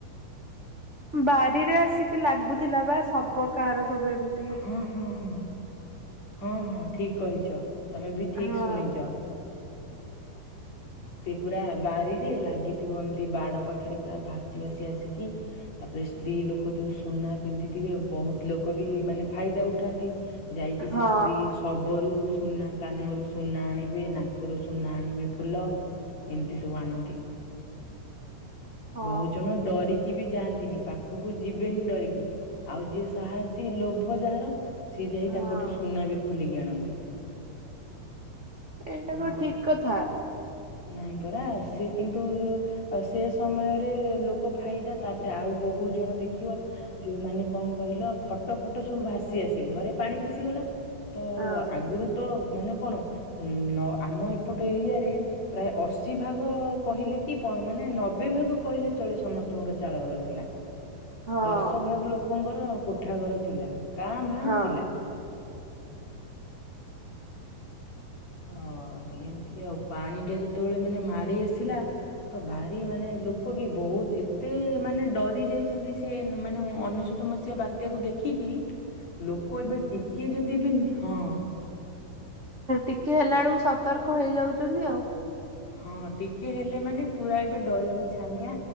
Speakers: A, on the right; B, on the left.
A: ବାରିରେ ଆସିକି ଲାଗୁଥିଲା ବା ସବ କାହାର ସବୁ ଏମତି।
B: ହଁ ହଁ ହଁ ହଁ ହଁ ଠିକ୍ କହିଛ ତମେ ବି ଠିକ୍
A: ହଁ
B: ଶୁଣିଛ। ସେ ପୁରା ବାରିରେ ଲାଗିଥିବ ଏମତି ବାଡ ପାଖରେ ପୁରା ଭାସି ଭାସି ଆସିକି। ତାପରେ ସ୍ତ୍ରୀ ଲୋକ ଯୋଉ ସୁନା ପିନ୍ଧିଥିବେ ବହୁତ ଲୋକ ବି ମାନେ ଫାଇଦା ଉଠାନ୍ତି। ଯାଇକି
A: ହଁ
B: ସେ ସ୍ତ୍ରୀ ଶବରୁ ସୁନା କାନରୁ ସୁନା ଆଣିବେ ନାକରୁ ସୁନା ଆଣିବେ। ଫୁଲ ଏମିତି ସବୁ ଆଣନ୍ତି
A: ହଁ
B: ବହୁ ଜଣ ଡରି ବି ଯାଆନ୍ତିନି ପାଖକୁ ଯିବେନି ଡରିକି ଆଉ ଯିଏ ସାହସୀ ଲୋଭ ଯାହାର ସିଏ ଯାଇ
A: ହଁ।
B: ତାଙ୍କଠୁ ସୁନା ବି ଖୋଲିକି ଆଣନ୍ତି।
A: ଏଇଟା
B: ଏମିତି
A: କଣ ଠିକ୍ କଥା।
B: ନାଇଁ ପରା ସିଏ କିନ୍ତୁ ଆଉ ସେ ସମୟରେ ଲୋକ ଫାଇଦା ତାପରେ ଆଉ ବହୁ ଜଣ ଦେଖିବ ଯୋଉମାନୋନ କଣ କହିଲ ଖଟ ଫଟ ସବୁ ଭାସି ଆସେ ଘରେ ପାଣି ପଶିଗଲା। ତ
A: ହଁ
B: ଆଗରୁ ତ ମାନେ କଣ ଆମ ଏପଟ ଏରିଆରେ ପ୍ରାୟ ଅଶୀ ଭାଗ କହିଲେ କି ମାନେ ନବେ ଭାଗ କହିଲେ ଚଳେ ସମସ୍ତେ। ତମର ଚାଳ ଘର ଥିଲା
A: ହଁ।
B: ଦଶ ଭାଗ ଲୋକ ଲୋକଙ୍କର କୋଠା ଘର ଥିଲା କାଁ ଭାଁ
A: ହଁ
B: ଥିଲା। ହ ଏମିତି ଆଉ ପାଣି ଟା ଯେତେବେଳେ ମାନେ ମାଡି ଆସିଲା। ତ ଭାରି ମାନେ ଲୋକ ବି ବହୁତ ଏତେ ମାନେ ଡରି ଯାଇଛନ୍ତି ସେ ମାନେ ଅନେଶ୍ୱତ ମସିହା ବାତ୍ୟାକୁ ଦେଖିକି ଲୋକ ଏବେ ଟିକେ ଯଦି ଦିବିନ ହଁ
A: ଟିକେ ହେଲା ବେଳକୁ ସତର୍କ ହେଇଯାଉଛନ୍ତି ଆଉ
B: ହଁ ଟିକେ ହେଲେ ମାନେ ପୁରା ଏବେ ଡରକି ଛାନିଆ